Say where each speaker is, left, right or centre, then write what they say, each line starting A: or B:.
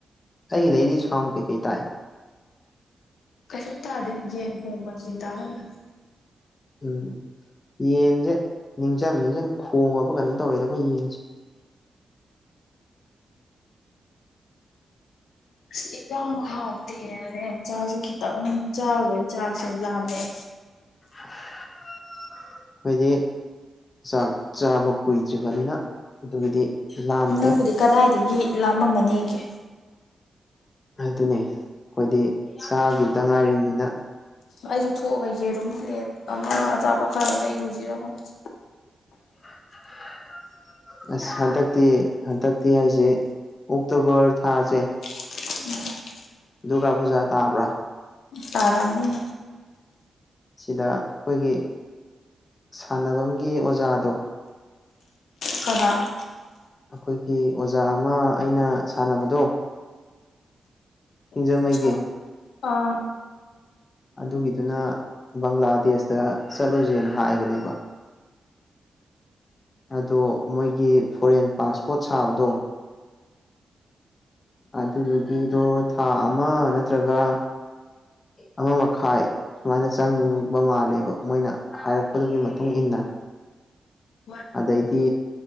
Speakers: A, on the left (about 30°); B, on the left (about 90°).
A: ꯑꯩꯒꯤꯗꯩꯗꯤ ꯁꯥꯎꯟ ꯀꯩꯀꯩ ꯇꯥꯏ
B: ꯀꯩꯁꯨꯨꯝ ꯇꯥꯗꯦ ꯌꯦꯟ ꯈꯣꯡꯕ ꯗꯨꯗꯤ ꯇꯥꯔꯝꯕꯅꯤ
A: ꯎꯝ ꯌꯦꯟꯖꯦ ꯅꯤꯡꯖꯪ ꯅꯤꯡꯖꯪ ꯈꯣꯡꯉꯕ ꯀꯩꯅꯣꯝ ꯇꯧꯔꯦꯗ ꯑꯈꯣꯏ ꯌꯦꯟꯁꯤ
B: ꯑꯁ ꯏꯟꯁꯥꯡ ꯍꯥꯎꯇꯦꯅꯥ ꯆꯥꯛꯁꯨ ꯈꯤꯇꯪ ꯆꯥꯔꯨꯕꯩ ꯆꯥꯛꯁꯨ ꯂꯥꯝꯃꯛꯑꯦ
A: <unintelligible> ꯑꯈꯣꯏꯗꯤ ꯆꯥꯛ ꯆꯥꯕ ꯀꯨꯏꯗ꯭ꯔꯤꯕꯅꯤꯅ ꯑꯗꯨꯒꯤꯗꯤ ꯂꯥꯝꯗꯦ
B: ꯅꯪꯕꯨꯗꯤ ꯀꯗꯥꯏꯗꯒꯤ ꯂꯥꯝꯃꯝꯃꯅꯦꯒꯦ
A: ꯑꯗꯨꯅꯦ ꯑꯈꯣꯏꯗꯤ ꯆꯥꯒꯤꯕꯗ ꯉꯥꯏꯔꯤꯝꯅꯤꯅ
B: ꯑꯩꯁꯨ ꯊꯣꯛꯑꯒ ꯌꯦꯔꯨꯝ ꯄ꯭ꯂꯦꯠ ꯑꯃ ꯑꯆꯥꯄꯣꯠ ꯈꯔꯒ ꯂꯩꯔꯨꯖꯤꯔ ꯈꯪꯗꯦ
A: <unintelligible> ꯑꯁ <unintelligible> ꯍꯟꯗꯛꯇꯤ ꯍꯟꯗꯛꯇꯤ ꯑꯩꯁꯦ ꯑꯣꯛꯇꯣꯕꯔ ꯊꯥꯖꯦ
B: <unintelligible>
A: ꯗꯨꯔꯒꯥ ꯄꯨꯖꯥ ꯇꯥꯕ꯭ꯔꯥ
B: ꯇꯔꯝꯅꯤ
A: ꯁꯤꯗ ꯑꯈꯣꯏꯒꯤ ꯁꯥꯟꯅꯕꯝꯒꯤ ꯑꯣꯖꯥꯗꯣ
B: ꯀꯅꯥ
A: ꯑꯈꯣꯏꯒꯤ ꯑꯣꯖꯥ ꯑꯃ ꯑꯩꯅ ꯁꯥꯟꯅꯕꯗꯣ ꯁꯤꯡꯖꯃꯩꯒꯤ
B: <unintelligible> ꯑꯥ
A: ꯑꯗꯨꯒꯤꯗꯨꯅ ꯕꯪꯂꯥꯗꯦꯁꯇ ꯆꯠꯂꯨꯖꯦꯅ ꯍꯥꯏꯕꯅꯦꯕ ꯑꯗꯣ ꯃꯣꯏꯒꯤ ꯐꯣꯔꯦꯟ ꯄꯥꯁꯄꯣꯠ ꯁꯥꯕꯗꯣ ꯑꯗꯨꯗꯨꯒꯤꯗꯣ ꯊꯥ ꯑꯃ ꯅꯠꯇ꯭ꯔꯒ ꯑꯃ ꯃꯈꯥꯏ ꯁꯨꯃꯥꯏꯅ ꯆꯪꯕ ꯃꯥꯜꯂꯦꯕ ꯃꯣꯏꯅ ꯍꯥꯏꯔꯛꯄꯗꯨꯒꯤ ꯃꯇꯨꯡ ꯏꯟꯅ
B: <unintelligible>
A: ꯑꯗꯩꯗꯤ